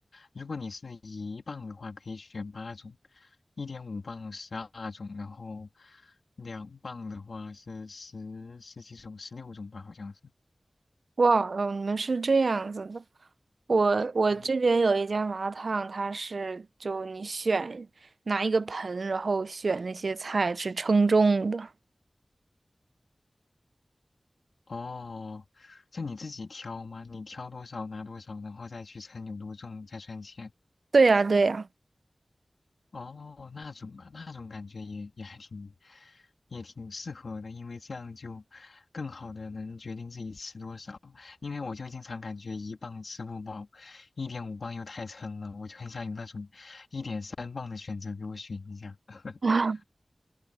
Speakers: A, on the left (about 80°); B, on the right (about 80°).
A: 如果你是一磅的话，可以选八种；一点五磅十二种，然后两磅的话是十十几种，十六种吧，好像是。
B: 哇，哦，你们是这样子的。我我这边有一家麻辣烫，
A: 嗯，
B: 它是就你选拿一个盆，然后选那些菜是称重的。
A: 哦，就你自己挑吗？你挑多少拿多少，然后再去称有多重，再算钱。
B: 对呀，对呀。
A: 哦，那种吧，那种感觉也也还挺，也挺适合的，因为这样就更好的能决定自己吃多少。因为我就经常感觉一磅吃不饱，一点五磅又太撑了，我就很想有那种一点三磅的选择给我选一下。<laughs>
B: <laughs> 啊！